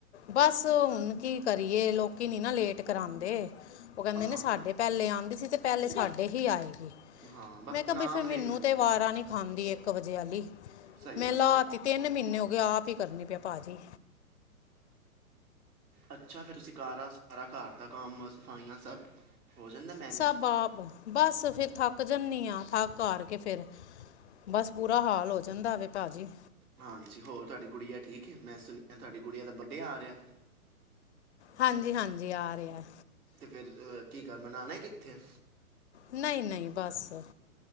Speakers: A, on the left; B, on the right.
A: ਬਸ ਹੁਣ ਕੀ ਕਰੀਏ, ਲੋਕੀ ਨੀ ਨਾ ਲੇਟ ਕਰਉਦੇ। ਉਹ ਕਹਿੰਦੇ
B: ਹਾਂ
A: ਨੇ ਸਾਡੇ ਪਹਿਲੇ ਆਉਂਦੀ ਸੀ, ਤੇ ਪਹਿਲੇ ਸਾਡੇ ਹੀ ਆਏਗੀ।
B: ਹਾਂ ਬਸ
A: ਮੈਂ ਕਿਹਾ
B: ਨਾਮ
A: ਬਈ ਫੇਰ ਮੈਨੂੰ
B: ਲਿਖ ਲੈਂਦੇ
A: ਤੇ
B: ਨੇ
A: ਵਾਰਾਂ
B: ਨਾ
A: ਨੀ ਖਾਂਦੀ ਇੱਕ ਵਜੇ ਆਲੀ
B: ਸਹੀ
A: ਮੈਂ
B: ਗੱਲ
A: ਲਾ
B: ਹੈ
A: ਤੀ ਤਿੰਨ ਮਹੀਨੇ ਹੋ ਗਏ ਆਪ ਹੀ ਕਰਨੀ ਪਿਆ, ਪਾਜੀ।
B: ਅੱਛਾ ਫੇਰ ਤੁਸੀਂ ਕਾਰਾ ਸਾਰਾ ਘਰ ਦਾ ਕੰਮ ਸਫਾਈਆਂ ਸਭ, ਹੋ ਜਾਂਦਾ ਮੈਨੇਜ
A: ਸਭ ਬਾਪ ਬਸ ਫੇਰ ਥੱਕ ਜਾਂਦੀ ਹਾਂ ਥੱਕ ਹਾਰ ਕੇ ਫੇਰ, ਬਸ ਬੂਰਾ ਹਾਲ ਹੋ ਜਾਂਦਾ ਵੇ ਭਾ ਜੀ।
B: ਹਾਂਜੀ ਹੋਰ ਤੁਹਾਡੀ ਗੁੜੀਆ ਠੀਕ ਹੈ ਮੈਂ ਸੁਣਿਆ ਤੁਹਾਡੀ ਗੁੜੀ ਦਾ ਵੱਡੇ ਆ ਰਿਹਾ।
A: ਹਾਂਜੀ- ਹਾਂਜੀ ਆ ਰਿਹਾ।
B: ਤੇ ਫੇਰ ਕੀ ਕਰ ਮਨਉਣਾ ਕਿੱਥੇ ਐ।
A: ਨਹੀਂ- ਨਹੀਂ ਬਸ।